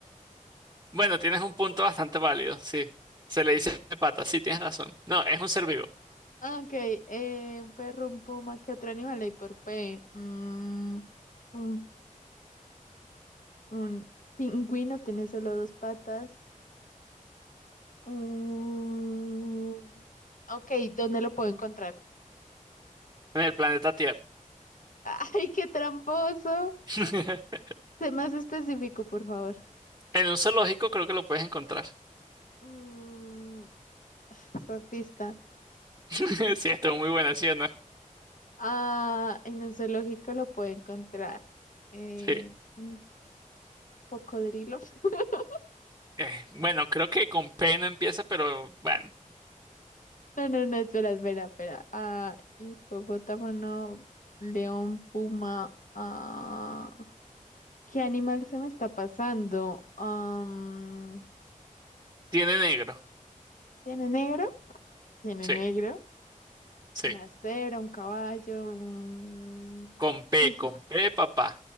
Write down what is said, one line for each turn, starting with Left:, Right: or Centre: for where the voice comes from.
Right: bueno, tienes un punto bastante válido, sí. Se le dice patas, sí, tienes razón. No, es un ser vivo,
Left: Ok, eh, un perro, un puma, ¿qué otro animal hay por P? Mm, Un Un pingüino tiene solo dos patas. Un... Ok, ¿dónde lo puedo encontrar? <laughs>
Right: en el planeta Tierra.
Left: ¡Ay, qué tramposo!
Right: <laughs>
Left: Sé más específico, por favor.
Right: En un zoológico creo que lo puedes encontrar.
Left: Mm, esa pista.
Right: <laughs> Sí, esto es muy buena, ¿sí o no?
Left: Ah, en un zoológico lo puedo encontrar. Eh,
Right: Sí.
Left: un cocodrilo. <laughs>
Right: Eh, bueno, creo que con P no empieza, pero bueno,
Left: No, no, no, espera, espera, espera. Ah, hipopótamo, no, león, puma. Ah. ¿Qué animal se me está pasando? Am,
Right: tiene negro.
Left: ¿tiene negro? Tiene
Right: Sí,
Left: negro.
Right: sí.
Left: Una cebra, un caballo, un
Right: Con P,
Left: tigre.
Right: con P, papá.